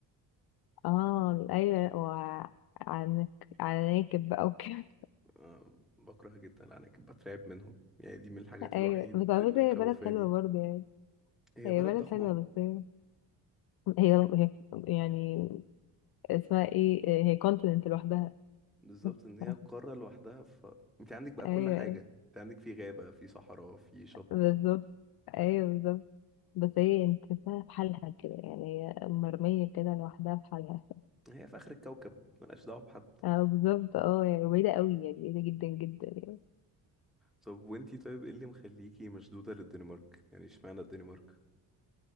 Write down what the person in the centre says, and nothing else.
أه بكرهها جدا أنا كنت بترعب منهم يعني دي من الحاجات
الوحيد
اللي
مخوفاني
هي
بلد
ضخمة
بالظبط
إن هي قارة لوحدها ف أنت عندك بقى كل
حاجة
أنت عندك في غابة في صحراء في شط
هي في آخر الكوكب ملهاش دعوة بحد
طب وانتي طيب ايه اللي مخليكي مشدودة للدنمارك يعني اشمعنى الدنمارك